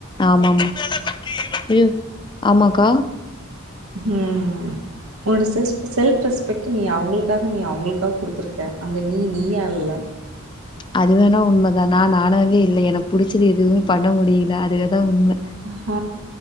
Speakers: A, on the left; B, on the right.
A: ஆமாமா அயூ ஆமாக்கா
B: ம் ம் உன்னோட செல் செல்ப் உன்னுடைய செல்ப் ரெஸ்பெக்ட் நீ அவங்களுக்காக நீ அவங்களுக்காக குடுத்துருக்க அங்க நீ நீயா இல்ல
A: அது வேணா உண்மதா நா நானாவே இல்லை எனக்கு புடிச்சது எதுவுமே பண்ண முடியல அதுவேதா உண்ம
B: ஹ